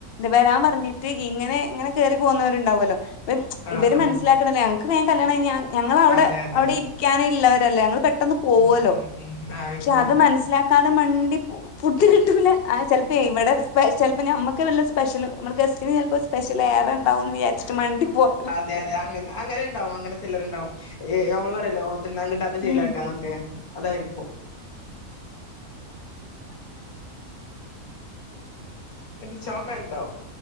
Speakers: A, on the left; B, on the left.
A: വരാൻ പറഞ്ഞിട്ട് ഇങ്ങനെ ഇങ്ങനെ കേറി പോന്നവര് ഇണ്ടാവു അല്ലോ ഇം
B: ആഹ്
A: ഇവര്
B: ആഹ്
A: മനസിലാക്കണല്ലേ ഞങ്ങക്ക് വേഗം കല്യാണം കഴിഞ്ഞാ ഞങ്ങളവിടെ
B: അതെ അതെ
A: അവിടെ ഇരിക്കാനിള്ളവരല്ലേ ഞങ്ങൾ പെട്ടെന്ന് പോവല്ലോ
B: ഉം ഉം ഉം ആഹ്
A: പക്ഷെ
B: ഇൻക്ക് മനസ്സിലായി
A: അത് മനസ്സിലാ ക്കാതെ മണ്ടി ഫുഡ് കിട്ടൂല അഹ് ചെലപ്പോ ഇവിടെ ചെലപ്പോ ഞമ്മക്ക് വല്ല സ്പെഷ്യല് നമ്മുടെ ഗസ്റ്റിന് ചെലപ്പോ സ്പെഷ്യൽ ഏറെ ഇണ്ടാവും എന്ന് വിചാരിച്ചട്ട് മണ്ടി പോയ
B: അതെ അതെ അങ്ങേ അങ്ങനെ ഉണ്ടാവും അങ്ങനെ ചെലരുണ്ടാവും ഏഹ് നമ്മള് പറയല്ലോ ലോഹ തിന്നാൻ കിട്ടാത്ത ചെയ്ലായിട്ടാണ്
A: ഉം
B: എന്നൊക്കെ- അതായിരിക്കും. എത് ചോമ ഇണ്ടോ?